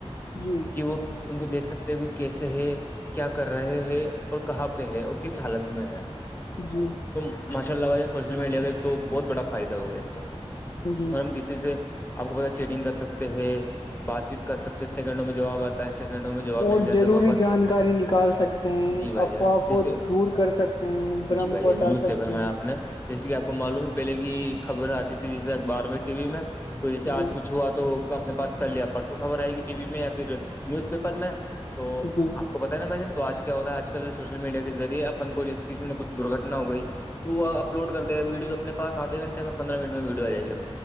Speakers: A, on the left; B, on the left.
A: جی
B: کہ وہ ان کو دیکھ سکتے ہیں کہ کیسے ہے کیا کر رہے ہیں اور کہاں پہ ہے اور کس حالت میں ہے
A: جی
B: تو ماشاء اللہ ب سوشل میڈیا کا ایک تو بہت بڑا فائدہ ہو گیا تو اور
A: جی
B: ہم کسی سے آپ کو پتا چیٹنگ کر سکتے ہیں بات چیت کر سکتے سیکنڈوں میں جواب آتے اٹھائیس سیکنڈوں میں جواب
A: اور
B: مل جاتا
A: ضروری
B: ہے واپس
A: جانکاری نکال سکتے ہیں
B: جی بھائی
A: افواہ
B: جان
A: کو
B: اسے
A: دور کر سکتے ہیں برم
B: جی بھائی
A: کو
B: جان
A: ہٹا
B: بالکل
A: سکتے
B: سے گھر میں
A: ہیں
B: آپ نے جیسے کہ آپ کو معلوم ہے پہلے کی خبر آتی تھی جس بار میں ٹی وی میں تو جیے آج
A: جی
B: کچھ ہوا تو اپنے پاس کر لیا پرسوں خبر آئے گی ٹی وی میں یا پھر نیوز پیپر میں تو
A: جی
B: آپ کو پتا ا بھائی جن تو آج کیا ہوتا ہے آج کل سوشل میڈیا کے ذریعے اپن کو جیس کسی نے کچھ درگھٹنا ہو گئی تو وہ اپ لو کرے گ ویڈیز اپنےاسدھے گنٹے پندہ منٹ میں وی آ جائے گا